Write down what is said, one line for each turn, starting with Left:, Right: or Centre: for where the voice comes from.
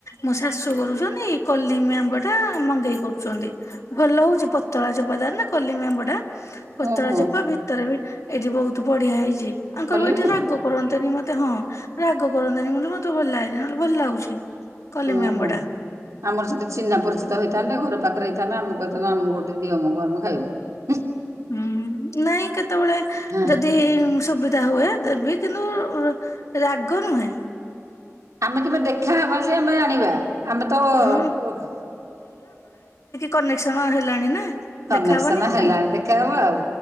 Left: ମୁଁ ଶାଶୁ କରୁ ଛନି, କଲିମି ଆମ୍ବ ଟା ମଗେଇ କରୁଛନ୍ତି। ଭଲ ହଉଛି ପତଳା ଚୋପା ତାର ନା କଲିମି ଆମ୍ବ ଟା। ପତଳା
Right: ଓହୋ
Left: ଚୋପା ଭିତରେ ବି ଏଇଠି ବହୁତ ବଢିଆ ହେଇଛି। ଆଙ୍କର
Right: କଲେଣି
Left: ଭାଇ ଏଠି ରାଗ କରନ୍ତିନି ମୋ ତେ ହଁ ରାଗ କରନ୍ତିନି ବୋଲି ମୋତେ ଭଲ ଲାଗେନା। ନହେଲେ ଭଲ ଲାଗୁଛି। କଲିମି
Right: ଓହୋ,
Left: ଆମ୍ବ ଟା
Right: ଆମର ସେତେ ଚିହ୍ନା ପରିଚିତ ତ ହେଇଥାନ୍ତେ ଘର ପାଖରେ ହେଇଥାନ୍ତା ଆମେ କହିଥାନ୍ତୁ ଆମକୁ ଗୋଟେ ଦିଅ ମଙ୍ଗ ଆମେ ଖାଇବୁ।
Left: ହୁଁ ନାଇଁ କେତେବେଳେ
Right: ହଁ
Left: ଯଦି ସୁବିଧା ହୁଏ। ଦେବି କିନ୍ତୁ ରାଗ ନୁହେଁ।
Right: ଆମେ କେବେ ଦେଖାହବା ଯେ ଆମେ ଆଣିବା। ଆମେ ତ
Left: ହଁ
Right: ଓଃ
Left: କନେକ୍ସନ୍ ହେଲାଣି ନା।
Right: କନେକ୍ସନ୍
Left: ଦେଖାହବନି କଣ
Right: ହେଲାଣି
Left: ପାଇଁ
Right: ଦେଖାହବ ଆଉ।